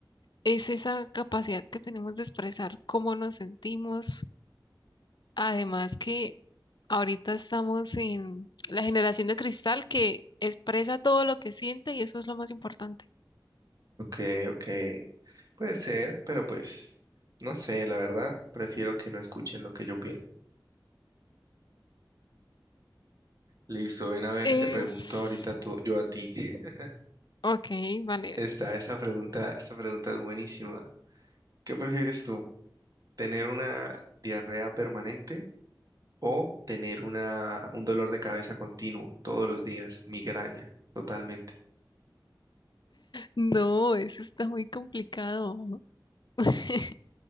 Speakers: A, on the left; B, on the right.
A: es esa capacidad que tenemos de expresar cómo nos sentimos. Además que ahorita estamos en la generación de cristal que expresa todo lo que siente y eso es lo más importante.
B: Ok, ok, puede ser, pero pues, no sé, la verdad, prefiero que no escuchen lo que yo pienso. Listo, ven a ver,
A: Es...
B: te pregunto ahorita tú, yo a ti. <laughs>
A: Ok, vale.
B: Esta, esta pregunta, esta pregunta es buenísima. ¿Qué prefieres tú? ¿Tener una diarrea permanente o tener una, un dolor de cabeza continuo todos los días, migraña, totalmente?
A: No, eso está muy complicado. <laughs>